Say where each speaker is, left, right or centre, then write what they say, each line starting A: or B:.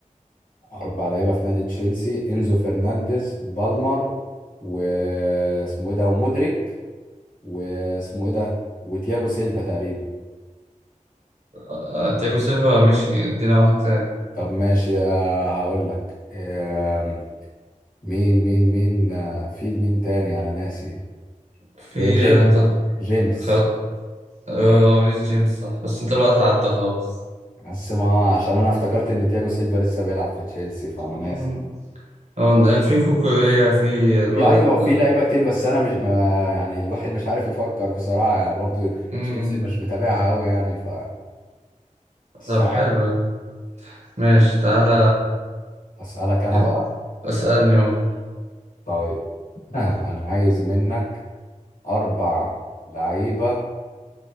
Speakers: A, on the left; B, on the right.
A: أربع لعيبة في نادي تشيلسي إنزو فرنانديز بالمر واسمه إيه ده ومودريك واسمه إيه ده وتياجو سيلفا تقريبا
B: آه تياجو سيلفا مشي ادينا واحد تاني
A: طب ماشي آه، هقول لك آم، مين مين مين آه، في مين تاني أنا ناسي
B: في
A: آه، جيمس
B: آه انت
A: جيمس
B: خلاص آه ريس جيمس صح بس انت الوقت قعدت خلاص
A: بس ما عشان أنا افتكرت إن تياجو سيلفا لسه بيلعب في تشيلسي فأنا
B: مم.
A: ناسي
B: هو في كوكوريا في الولد
A: يا أيوه في
B: ال-
A: لعيبة كتير بس أنا مش ما يعني الواحد مش عارف يفكر بصراحة برضو
B: مم.
A: تشيلسي مش متابعها أوي يعني ف ساعات
B: طب حلو يعني. ماشي تعالى
A: أسألك أنا
B: اد-
A: بقى
B: اسألني اهو
A: طيب آه، أنا عايز منك أربع لعيبة